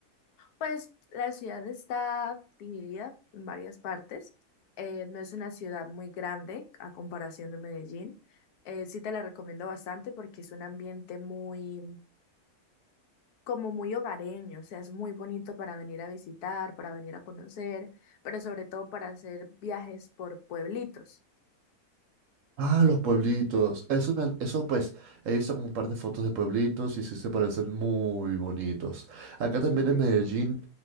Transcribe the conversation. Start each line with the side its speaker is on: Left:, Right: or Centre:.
Left: pues la ciudad está dividida en varias partes. Eh, no es una ciudad muy grande a comparación de Medellín. Eh, sí te la recomiendo bastante porque es un ambiente muy como muy hogareño, o sea, es muy bonito para venir a visitar, para venir a conocer, pero sobre todo para hacer viajes por pueblitos.
Right: Ah, los pueblitos. Eso, me han- eso pues, he visto como un par de fotos de pueblitos y sí se parecen muy bonitos. Acá también
Left: Sí,
Right: en Medellín,